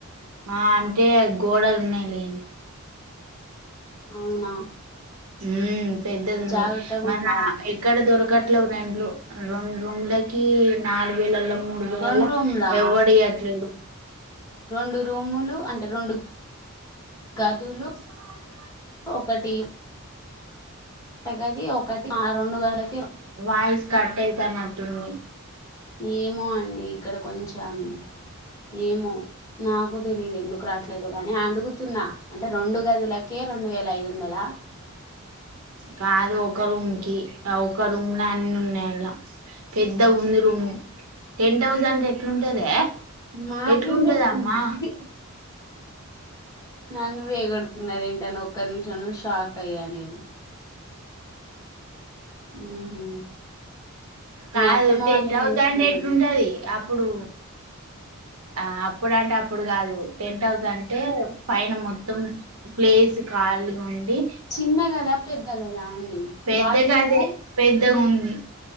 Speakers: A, on the right (about 85°); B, on the left (about 15°).
A: ఆ అంటే గోడలున్నయి లేండి.
B: అవునా
A: మ్ పెద్దదుంది.
B: జాగ్రత్తగా
A: మన
B: ఉండాలి
A: ఇక్కడ దొరకట్లేవ్ రెంట్లు రొం రూమ్లకి నాలుగు వేలల్ల మూడు వేలల్ల
B: రెండు రూమ్లా
A: ఎవ్వడ్ ఇయ్యట్లేడు.
B: రొండు రూములు అంటే రొండు గదులు
A: ఇస్తానుగ
B: ఒకటి వంట గది ఒకటి ఆ రెండు గదులకే
A: వాయిస్ కట్ అయితనట్టుంది.
B: ఏమో అండి ఇక్కడ కొంచం ఏమో నాక్ తెలీదు ఎందుకు రాట్లేద్ గని అడుగుతున్నా అంటే రొండు గదులకే రెండు వేల ఐదు వందల?
A: కాదు ఒక రూమ్కి ఆ ఒక రూమ్ల అన్నున్నయి అల్ల పెద్దగుంది రూము. టెంట్ హౌస్ ఎట్లుంటదే
B: మాకేం
A: ఎట్లుంటదమ్మా?
B: తెలుసు వి నన్ను వేగొడుతున్నరేంటన్ ఒక్క నిమిషంలో షాక్ అయ్యా నేను ఉహు
A: కాదు
B: మీ అత్తమ్మ
A: టెంట్
B: వాళ్ళు ఏం
A: హౌస్
B: చేస్తున్నారు
A: అంటే ఎట్లుంటది అ ప్పుడూ ఆ అప్పుడంటే అప్పుడు కాదు టెంట్ హౌస్ అంటే పైన మొత్తం ప్లేస్ కాలిగ ఉండి
B: చిన్న గదా పెద్ద గదా అండి
A: పెద్దగదే
B: బాత్రూము
A: పెద్దగుంది.